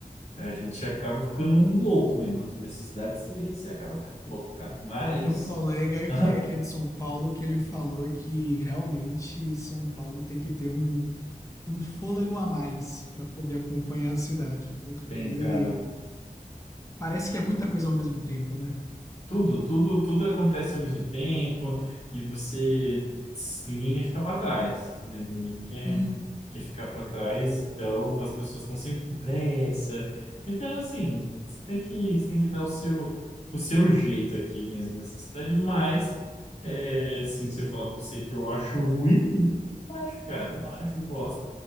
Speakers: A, on the left (about 45°); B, on the left (about 20°).
A: a gente acaba ficando um louco mesmo. Aqui nessa cidade você, você acaba ficando louco, cara. Mas,
B: Eu tenho um colega que
A: aham,
B: é, que é de São Paulo que ele falou que realmente São Paulo tem que ter um, um fôlego a mais para poder acompanhar a cidade, porque
A: tem, cara.
B: Parece que é muita coisa ao mesmo tempo, né?
A: Tudo, tudo, tudo acontece ao mesmo tempo e você, ninguém quer ficar para trás, né? Ninguém quer,
B: Uhum.
A: quer ficar para trás, então as pessoas estão sempre com pressa. Então, assim, você tem que, você tem que dar o seu, o seu jeito aqui mesmo nessa cidade, mas, é, assim, se eu falar para você que eu acho ruim, eu acho, cara, eu acho, eu gosto,